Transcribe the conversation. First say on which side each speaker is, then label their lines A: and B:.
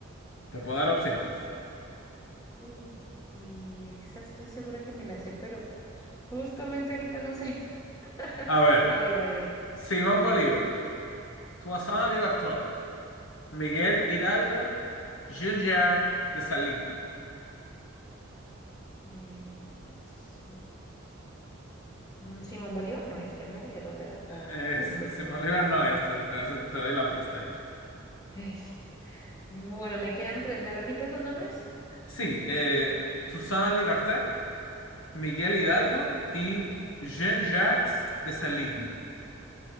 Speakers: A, on the left; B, on the left.
A: Te puedo dar opciones.
B: Uy, esa estoy segura que me la sé, pero justamente ahorita no sé. <laughs>
A: A ver,
B: A ver, a ver.
A: Simón Bolívar. Toussaint Louverture, Miguel Hidalgo, Junior de Salín.
B: eh, es- mm, Simón Bolívar no es, él no lideró la, la
A: Eh, Simón
B: independencia
A: Bolívar
B: de Haití.
A: no es, te, te- te doy la pista ahí.
B: Es- <laughs> Bueno, me quedan tres. ¿Me repites los nombres?
A: Sí, eh, Toussaint Louverture, Miguel Hidalgo y Jean-Jacques Dessalines.